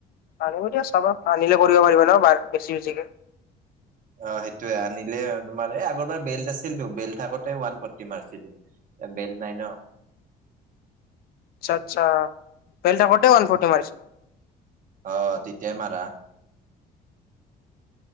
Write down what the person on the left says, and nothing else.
আনিব দিয়া চাবা আনিলে কৰিব পাৰিবা ন বাত বেছি বেছিকে।
আচ্ছা আচ্ছা বেল্ট থাকোতে ওৱান ফৰ্তি মাৰিছ?